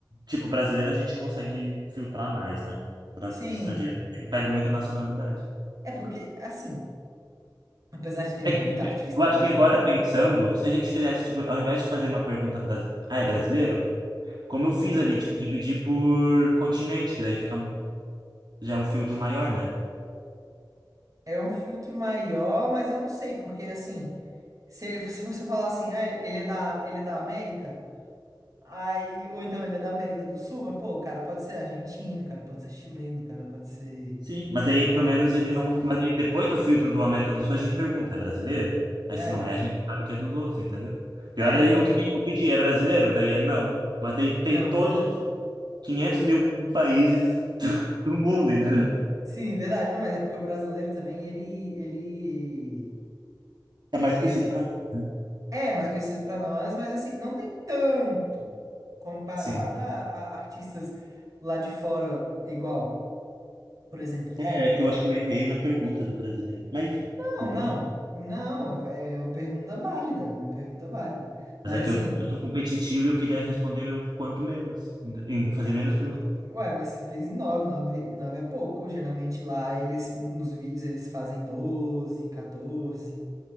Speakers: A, on the right; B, on the right.
A: Tipo, brasileiro a gente consegue filtrar mais, né? Pra-
B: Sim.
A: Estrangeiro pega muita nacionalidade.
B: É porque, assim, apesar de ter
A: É
B: muita
A: que também,
B: artista
A: eu acho
B: brasileira,
A: que agora pensando, se a gente fizesse, tipo, ao invés de fazer uma pergunta, bras- ah, é brasileiro? Como eu fiz
B: ó,
A: ali, tipo, dividir por continente, que daí fica, já é um filtro maior, né?
B: é um filtro maior, mas eu não sei, porque assim, se ele, <laughs> se você falar assim, ah, ele é da, ele é da América, aí, ou então ele é da América do Sul, mas, pô, o cara pode ser argentino, o cara pode ser chileno, o cara pode ser
A: Sim, mas aí pelo menos
B: brasileiro.
A: ele não. Mas aí, depois do filtro do América do Sul, a gente pergunta: é brasileiro? Aí
B: É,
A: se não é, a gente sabe que é dos outros, entendeu?
B: é,
A: Pior é eu
B: não.
A: que nem eu pedi: é brasileiro? Daí é não. Mas daí tem
B: Não,
A: todos
B: é verdade.
A: os 500 mil países do mundo, entendeu?
B: Sim, é verdade. Não, mas é porque o brasileiro também, ele, ele,
A: É mais
B: ele
A: conhecido pra nós. né?
B: é mais conhecido pra nós, mas assim, não tem tanto comparado
A: Sim.
B: a, a artistas lá de fora, igual, por exemplo, tem.
A: É, é que eu acho que eu errei na pergunta do brasileiro. Mas enfim,
B: Não,
A: deu
B: não,
A: pra.
B: não, é uma pergunta válida, uma pergunta válida. Mas
A: Mas é
B: assim,
A: que eu, eu sou competitivo e eu queria responder o quanto menos, ent- em fazer
B: é,
A: menos
B: e-
A: perguntas.
B: ué, mas você fez em nove, nove, nove é pouco. Geralmente lá, eles, nos vídeos, eles fazem 12 14